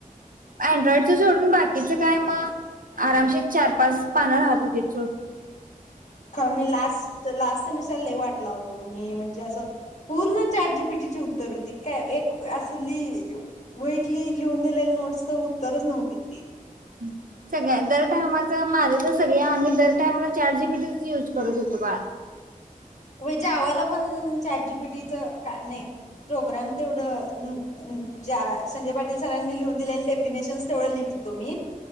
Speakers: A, on the right; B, on the left.
A: अँड्रॉइड सोडून बाकीचं काय मग आरामशी चार पाच पानं राहत हो तथ <unintelligible>
B: आम्ही लास्ट -लास्ट सेमिस्टर लय वाट लावलो मी म्हणजे असं पूर्ण चार जीपीटी उत्तर होती. काय एक असली वहितली लिहून दिलेली नोट्सचं उत्तरच नव्हती ती.
A: हम्. सगळ्या दर टायमाचं माझं तर सगळ आम्ही, दर टाइमला चार जी पी टी युज करत होतो बा.
B: वजेवाला पण चॅट जी पी टी च का नाही प्रोग्राम तेवढं ज्या संजय पाटील सरांनी लिहून दिलेले डेफिनेशन्स तेवढं लिहित होतो मी.